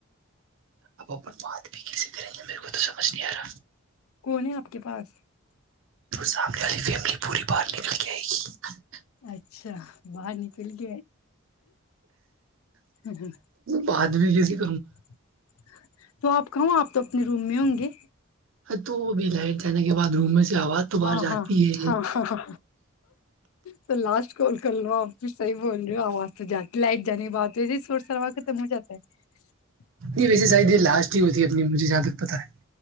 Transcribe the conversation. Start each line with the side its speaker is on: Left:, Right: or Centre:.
Right: اب اپن بات بھی کیسے کریں گے میرے کو تو سمجھ نہیں آ رہا <unintelligible>
Left: کون ہے آپ کے پاس <unintelligible>
Right: سامنے والی فیملی پوری باہر نکل کے آئے گی <unintelligible>
Left: اچھا باہر نکل گ <unintelligible>
Right: پاتد بھییے <unintelligible>
Left: <unintelligible> <unintelligible> تو آپ کہوں آپ تو اپنے روم میں ہوں گے
Right: تو بھی لائٹ جانے کے بعد روم میں سے آواز تو باہر
Left: ہاں
Right: جاتی
Left: ہاں
Right: ہے
Left: ہاں ہاں تو لاسٹ کال کر لو آپ صحی بول رہی ہو آواز تو جاتی لائٹ جانے بات جیے سوٹ سروا ختم ہو جاتا ہے <unintelligible>
Right: یہ ویسے شاید یہ لاسٹ ہی ہوتی ہے اپنی مھے جہاں تک پتاہ ہے <unintelligible>